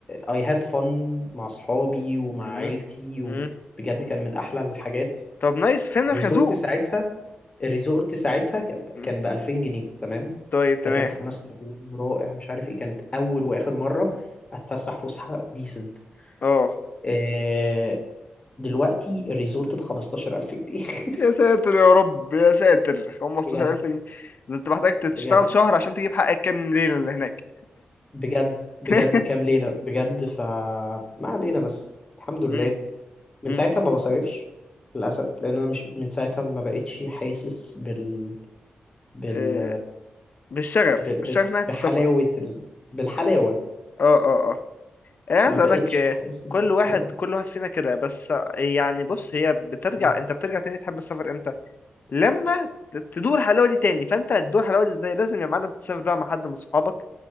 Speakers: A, on the left; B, on the left.
A: اي هاد فن مع اصحابي ومع
B: مم.
A: عيلتي وبجد
B: مم.
A: كان من احلى الحاجات
B: طب نايس فين
A: ريزورت
B: الخازوق
A: ساعتها الريزورت ساعتها ك-
B: <laughs>
A: كان ب 2000 جنيه تمام
B: طيب تمام
A: ده كان خمس نجوم رائع مش عارف ايه كانت اول واخر مره اتفسح فسحه ديسنت
B: اه
A: آه دلوقتي الريزورت ب 15000 جنيه <laughs>
B: يا ساتر يا رب يا ساتر 15000
A: بجد
B: جنيه ده انت محتاج
A: بجد
B: تشتغل شهر عشان تجيب حقك كام ليلة اللي هناك
A: بجد بجد
B: <laughs>
A: كام ليله بجد فما علينا بس الحمد لله
B: امم
A: من
B: امم
A: ساعتها ما بصيفش للاسف لان انا مش من ساعتها ما بقتش حاسس بال بال
B: آه، بالشغف
A: ب...
B: الشغف
A: ب...
B: ناحية
A: بحلاوه
B: السفر
A: ال... بالحلاوه
B: اه اه اه انا عايز
A: ما بقتش
B: اقول لك آه،
A: حاسس
B: كل
A: بالحلاوه
B: واحد كل واحد فينا كده بس آه، يعني بص هي بترجع
A: مم.
B: انت بترجع تاني تحب السفر امتى لما ت- تدور الحلاوه دي تاني فانت هتدور الحلاوه دي ازاي لازم يا معلم تسافر بقى مع حد من صحابك